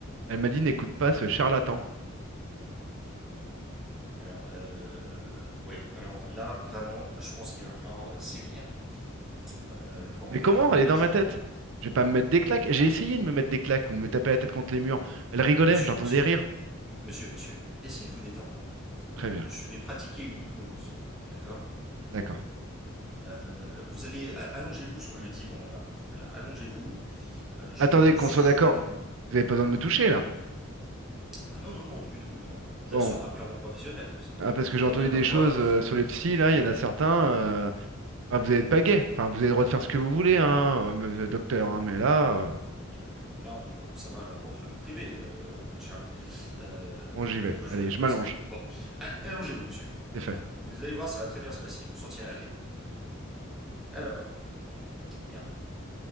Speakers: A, on the right (about 65°); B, in the centre.
A: Elle m'a dit, n'écoute pas ce charlatan.
B: Alors, euh, oui, alors là, vraiment, je pense qu'il va falloir euh, sévir. Euh, il va falloir
A: Mais
B: opérer
A: comment? Elle
B: énergiquement.
A: est dans ma tête. Je vais pas me mettre des claques. J'ai essayé de me mettre des claques ou de me taper la tête contre les murs. Elle rigolait,
B: Monsieur,
A: j'entendais
B: monsieur,
A: des rires.
B: m- monsieur, monsieur, essayez de vous détendre.
A: Très
B: Euh,
A: bien,
B: je vais pratiquer une hypnose, d'accord
A: d'accord.
B: Euh, Vous allez, a- allongez-vous sur le divan là-bas. Voilà, allongez-vous, Euh, je
A: Attendez,
B: vais vous
A: qu'on
B: susurrer
A: soit d'accord.
B: des mots.
A: Vous avez pas besoin de me toucher là.
B: Ah non, non, non, du tout, non. Mon geste
A: Bon,
B: sera purement professionnel. Simplement,
A: ah, parce
B: vous
A: que
B: entendrez
A: j'ai entendu
B: ma
A: des
B: voix
A: choses euh, sur les psys, là, il y en a certains. euh, ah, vous n'êtes pas gay. Enfin, vous avez le droit de faire ce que vous voulez, hein, euh, monsieur le docteur, hein, mais là, euh,
B: Ouais, Là, on, ça va à l'encontre du privé, euh, cher ami. Euh,
A: bon, j'y vais.
B: pourquoi
A: Allez,
B: je vous appelle
A: je
B: comme
A: m'allonge.
B: ça d'ailleurs Bon, allongez-vous, monsieur.
A: C'est
B: Allongez-vous.
A: fait.
B: Vous allez voir, ça va très bien se passer. Vous ne sentirez rien. Alors, bien.